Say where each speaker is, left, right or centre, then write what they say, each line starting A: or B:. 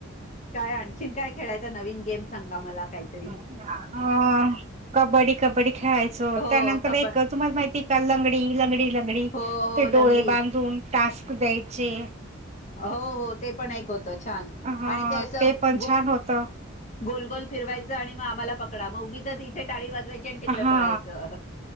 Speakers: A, on the left; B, on the right.
A: काय आणखीन काय खेळायचं नवीन गेम सांगा मला. काहीतरी
B: अ कबड्डी कबड्डी खेळायच. स
A: हो
B: त्यानंतर
A: कब
B: एक तुम्हाला माहिती आहे, का लंगडी, लंगडी. गडी
A: हो हो
B: ते डोळे
A: लंगडी
B: बांधून टास्क द्यायचे.
A: हो हो ते पण एक होतं, छान
B: हा
A: आणि ते अस
B: पण
A: गोल
B: छान होत
A: गोलगोल फिरवायचं आणि मग आम्हाला पकडा मग उगीच इथे टाळी वाजवायची आणि तिकडे
B: हा
A: पडायचं.